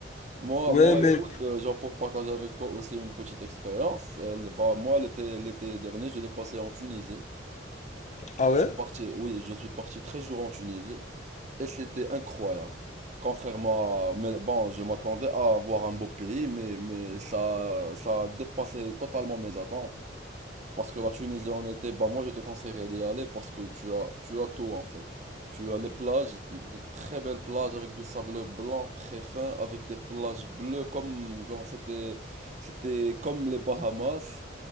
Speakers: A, on the right; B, on the left.
A: Moi,
B: Ouais,
A: moi,
B: mais...
A: écoute, euh, genre pour partager avec toi aussi une petite expérience, euh, le- bah moi l'été l'été dernier, je l'ai passé en Tunisie.
B: Ah ouais?
A: Je suis parti, oui, je suis parti 13 jours en Tunisie et c'était incroyable. Contrairement à, mais bon, je m'attendais à voir un beau pays, mais mais ça ça a dépassé totalement mes attentes. Parce que la Tunisie en été, bah moi je te conseillerais d'y aller parce que tu as, tu as tout en fait. Tu as les plages, de très belles plages avec du sable blanc très fin, avec des plages bleues comme genre c'était c'était comme les Bahamas.